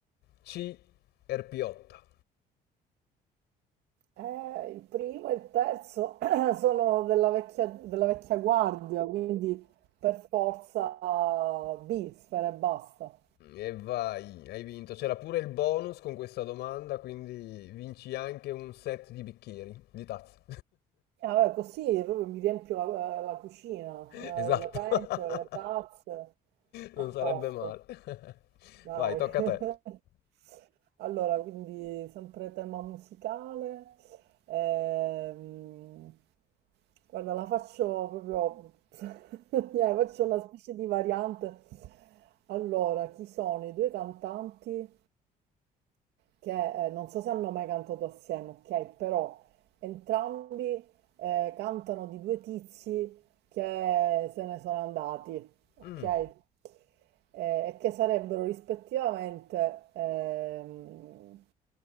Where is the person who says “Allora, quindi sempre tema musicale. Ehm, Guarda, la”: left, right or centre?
Right